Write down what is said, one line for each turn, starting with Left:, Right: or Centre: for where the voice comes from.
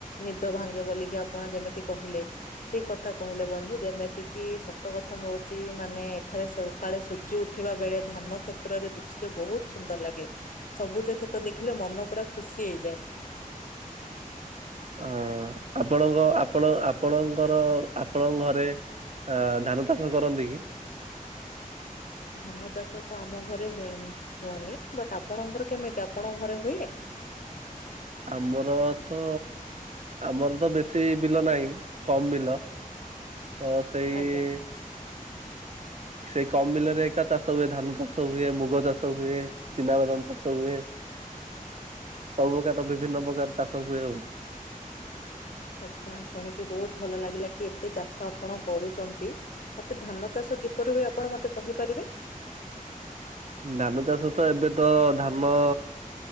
Left: ନିଦ ଭାଙ୍ଗେ ବୋଲି ଆପଣ ଯେମିତି କହିଲେ। ଠିକ କଥା କହିଲେ ବନ୍ଧୁ ଯେମିତି କିି ସତ କଥା ହଉଚି ମାନେ ଏଠାରେ ସବୁ ସକାଳେ ସୂର୍ଯ୍ୟ ଉଠିବା ବେଳେ ଧାନ କ୍ଷେତ୍ରରେ ଦୃଶ୍ୟ ବହୁତ ସୁନ୍ଦର ଲାଗେ। ସବୁଜ କ୍ଷେତ ଦେଖିଲେ ମନ ପୁରା ଖୁସି ହେଇଯାଏ।
Right: ହଁ ଆପଣଙ୍କ ଆପଣ ଆପଣଙ୍କର ଆପଣଙ୍କ ଘରେ। ହଁ ଧାନ ଚାଷ କରନ୍ତି କି।
Left: ଧାନ ଚାଷ ତ ଆମ ଘରେ ହୁଏ ହୁଏନି ବଟ୍ ଆପଣଙ୍କର କେମିତି ଆପଣଙ୍କ ଘରେ ହୁଏ?
Right: ଆମର ତ ଆମର ତ ବେଶୀ ବିଲ ନାହିଁ କମ୍ ବିଲ। ତ ସେଇ।
Left: ଆଜ୍ଞା
Right: ସେଇ କମ୍ ବିଲରେ ଏକା ଚାଷ ହୁଏ ଧାନ ଚାଷ ହୁଏ ମୁଗ ଚାଷ ହୁଏ। ଚିନା ବଦାନ ଚାଷ ହୁଏ ସବୁ ପ୍ରକାର ବିଭିନ୍ନ ପ୍ରକାର ଚାଷ ହୁଏ ଆଉ।
Left: ଆଚ୍ଛା ଶୁଣିକି ବହୁତ ଭଲ ଲାଗିଲା କି ଏତେ ଚାଷ ଆପଣ କରୁଚନ୍ତି। ମୋତେ ଧାନ ଚାଷ କିପରି ହୁଏ ଆପଣ ମତେ କହିପାରିବେ?
Right: ଧାନ ଚାଷ ତ ଏବେ ତ ଧାନ।